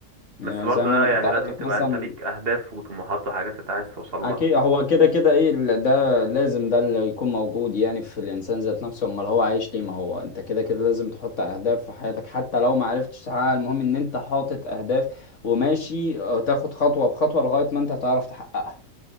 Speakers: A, on the left; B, on the right.
A: يعني
B: بس برضه
A: زي ما
B: ده
A: انا
B: يعني
A: كنت حاطط
B: لازم تبقى
A: مثلا
B: انت ليك اهداف وطموحات وحاجات انت عايز توصل لها
A: اكيد هو كده كده ايه ال- ده لازم ده اللي يكون موجود يعني في الانسان ذات نفسه امال هو عايش ليه ما هو انت كده كده لازم تحط اهداف في حياتك حتى لو ما عرفتش تحققها المهم ان انت حاطط اهداف وماشي آه، تاخد خطوة بخطوة لغاية ما انت تعرف تحققها